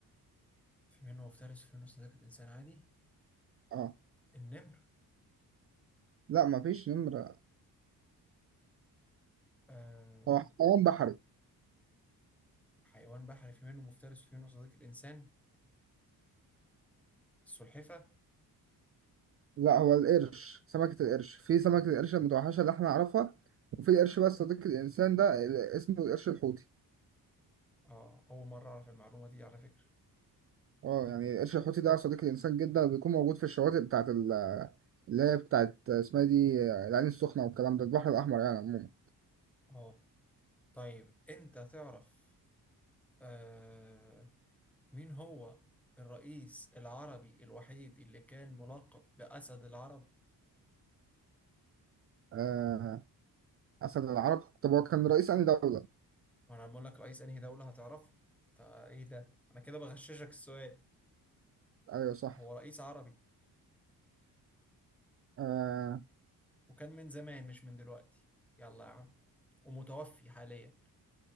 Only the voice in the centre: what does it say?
في منه مفترس وفي منه صديق الإنسان عادي
النمر
آه
حيوان بحري في منه مفترس وفي منه صديق الإنسان السلحفة
آه أول مرة أعرف المعلومة دي على فكرة
آه طيب أنت تعرف آه مين هو الرئيس العربي الوحيد اللي كان ملقب بأسد العرب
وأنا بقول لك رئيس أنهي دولة هتعرفه تا- إيه ده أنا كده بغششك السؤال
هو رئيس عربي
وكان من زمان مش من دلوقتي يلا يا عم ومتوفي حاليا